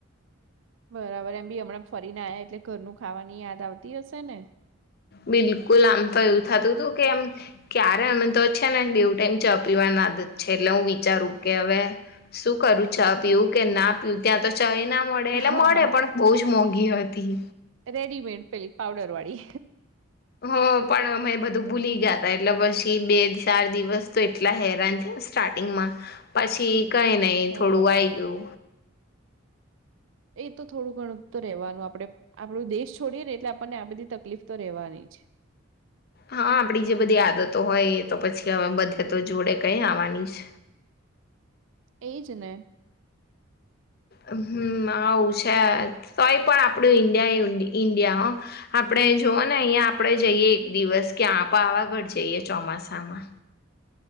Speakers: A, on the right; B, on the left.
A: બરાબર એમ બી હમણાં ફરીને આયા એટલે ઘરનું ખાવાની યાદ આવતી હશે ને?
B: બિલકુલ આમ તો એવું થાતું તું કે એમ ક્યારે અમે તો છે ને બેવું ટાઈમ ચ્હા પીવાના આદત છે. એટલે હું વિચારું કે હવે શું કરું? ચા પીવું કે ના પીવું? ત્યાં તો ચાય ના મળે એટલે
A: હા
B: મળે
A: હા હા
B: પણ બહુજ મોંઘી હતી.
A: રેડીમેડ પેલી પાવડરવાળી
B: હ પણ અમે બધું ભૂલી ગ્યાતા એટલે પછી બે ચાર દિવસ તો એટલા હેરાન થ્યાસ સ્ટાર્ટિંગમાં પછી કાઈ નહી
A: ઓ
B: થોડું
A: બાપા
B: આઈ ગ્યુ
A: એ તો થોડું ઘણું તો રહેેવાનું આપડે આપણો દેશ છોડીએ ને એટલે આપણને આ બધી તકલીફ તો રહેવાની જ
B: હા આપડી જે બધી આદતો હોય એ તો પછી હવે બધે તો જોડે કંઈ આવાની છ.
A: એજને
B: હમ્મ આવું છે. તોય પણ આપડું ઈન્ડિયા એ ઈન્ડિયા હો. આપણે જોવો ને અહિયાં આપણેે જઈએ એક દિવસ ક્યાં પાવાગઢ જઈએ ચોમાસામાં.